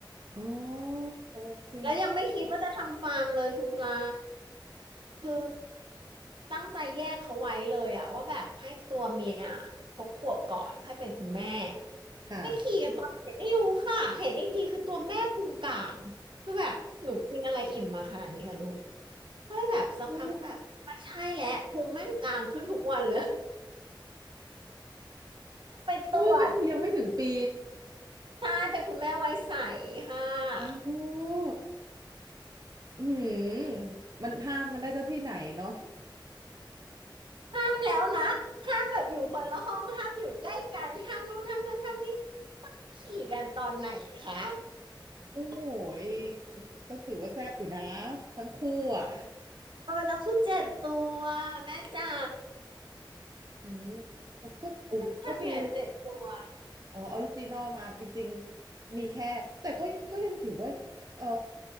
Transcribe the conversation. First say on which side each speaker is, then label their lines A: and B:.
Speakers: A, on the right; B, on the right.
A: อ๋อ โอเค
B: แล้วยังไม่คิดว่าจะทำฟาร์มเลยคุณปลาคือตั้งใจแยกเขาไว้เลยอะว่าแบบให้ตัวเมียครบขวบก่อนค่อยเป็นคุณแม่
A: ค่ะ
B: ไปขี่กันตอนเด็กไม่รู้ค่ะเห็นอีกทีคือตัวแม่พุงกลางคือแบบหนูกินอะไรอิ่มมาขนาดนี้อะลูกก็เลยแบบสักพักก็แบบไม่ใช่แล้วพุงแม่งกลางขึ้นทุกวันเลย
A: โอ้
B: <laughs> ไปตรวจ
A: โอ้ย ก็คือยังไม่ถึงปี
B: ใช่เป็นคุณแม่วัยใสค่ะ
A: อ๋ออืมมันห้ามกันได้ซะที่ไหนเนาะ
B: ห้ามแล้วนะห้ามแบบอยู่คนละห้องห้ามอยู่ใกล้กันห้ามนู่นห้ามนั่นห้ามนี่ขี่กันตอนไหนคะ
A: โอ้ย ก็ถือว่าแซ่บอยู่นะทั้งคู่อ่ะ
B: เออแล้วคือเจ็ดตัวแม่จ๋า
A: อืมก็โอ้ก็คือ
B: ฉันจะทำยังไงเจ็ดตัว
A: อ๋อออริจินอลมาจริงๆมีแค่แต่ก็ก็ยังถือว่าเอ่อ